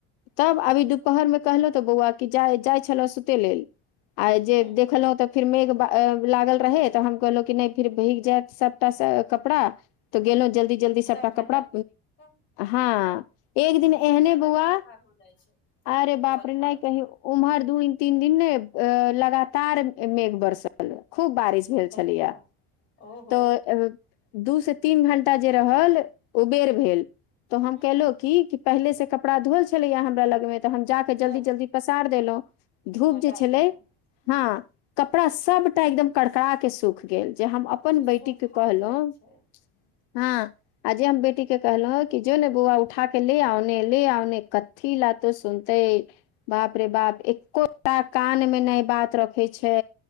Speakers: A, on the left; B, on the left.
A: तब अभी दुपहरमे कहलहु तऽ बौआ कि जा जाइ छलौ सुते लेलऽ आइ जे
B: ह
A: देखल तऽ। फिर मेघ लागल रहे तऽ हम कहलहुँ कि नहि फिर भिंग जायत सभटा कपड़ा। तऽ गेलहुँ जल्दी जल्दी
B: सब
A: सभटा
B: मेहनत
A: कपड़ा
B: तऽ
A: हँ एक
B: ऐसे
A: दिन
B: सब
A: एहने
B: मेहनते
A: बौआ।
B: बेकार हो जाइ छै।
A: अरे बाप
B: धोवल
A: रे नहि
B: धावल
A: कहहि
B: कपड़ा
A: उम्हर दू दिन तीन दिनने अ लगातार मेघ बरसल। खूब बारिश भेल
B: बता
A: छलैया।
B: ओहो।
A: तऽ दू से तीन घंटा जे रहल ओबेर
B: ह
A: भेल तऽ हम
B: ह
A: केलहुँ कि। पहिले से कपड़ा धोअल छलैया हमरा लग मे तऽ हम जाके जल्दी
B: बस
A: जल्दी पसार देलहुँ धूप
B: मे
A: जे
B: डाल
A: छलै
B: देलहुँ ह
A: हँ कपड़ा सबटा एकदम कड़कड़ा के सुख गेल जे हम अपन
B: अच्छा सोन्धा
A: बैटी के कहलहुं
B: जाइ छै
A: हँ आ जे हम बेटी के कहलहुं कि जो ने बौआ उठा के ले आउने क थि ल तो सुनतेै बाप रे बाप एकोटा कान मे नहि बात रखै छै